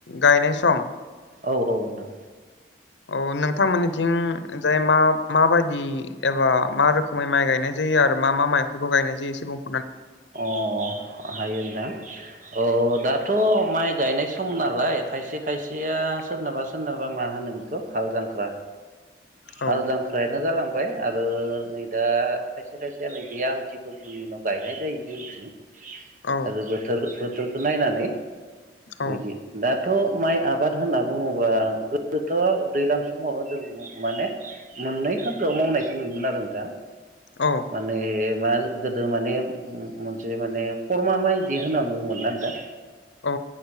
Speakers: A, on the left (about 85°); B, on the right (about 45°).
A: गायनाय सम
B: औ-औ नो
A: अ नोंथांमोननिथिं जाय मा माबायदि दि एबा मा रोखोमै माइ गाय गायनाय जायो आरो मा मा माइफोरखौ गायनाय जायो एसे बुं
B: अ हायो दा अ दाथ' माइ गायनाय सम नालाय खायसे खायसेया सोरनाबा सोरनाबा मा होनो बेखौ हाल जांख्रा
A: औ
B: हाल जांख्रायानो जालां बाय आरो नै दा खायसे खायसे नै बे आमथि फोरबोनि उनाव गायनाय जायो। <unintelligible>
A: औ
B: आरो बोथोर बोथ बेखौ नायनानै
A: औ
B: बिदि दाथ' माइ आबाद आबाद होनना बुङोबा गोदोथ' दैज्लां समावनो जों माने मोननै खान्दोआव मावनायखौ नुयोमोन आरो नोंथां।
A: औ
B: माने मा गोदो माने मोनसे माने खरमा माइदि होनना बुङोमोन ना नोंथां
A: औ